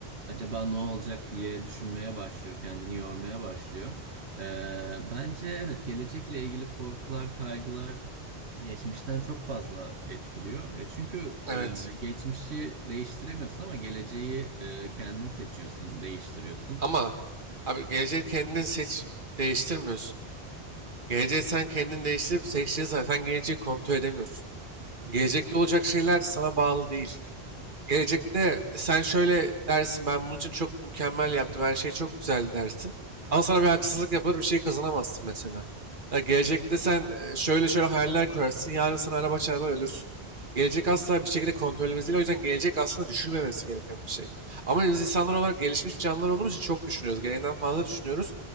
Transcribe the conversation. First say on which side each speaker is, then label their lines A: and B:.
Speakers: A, on the right; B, on the right.
A: acaba ne olacak diye düşünmeye başlıyor, kendini yormaya başlıyor. Ee, bence evet gelecekle ilgili korkular, kaygılar geçmişten çok fazla etkiliyor. Ya çünkü
B: Evet.
A: e, geçmişi değiştiremiyorsun ama geleceği e, kendin seçiyorsun, değiştiriyorsun.
B: Ama abi geleceği kendin seçip değiştirmiyorsun. Geleceği sen kendin değiştirip seçtiğin zaman sen geleceği kontrol edemiyorsun. Gelecekte olacak şeyler sana bağlı değil. Gelecekte sen şöyle dersin ben bunun için çok mükemmel yaptım her şey çok güzel dersin. Ama sana bir haksızlık yapılır bir şey kazanamazsın mesela. Ya gelecekte sen e, şöyle şöyle hayaller kurarsın yarın sana araba çarpar ölürsün. Gelecek asla bir şekilde kontrolümüz değil o yüzden gelecek aslında düşünmemesi gereken bir şey. Ama biz insanlar olarak gelişmiş canlılar olduğumuz için çok düşünüyoruz. Gereğinden fazla düşünüyoruz.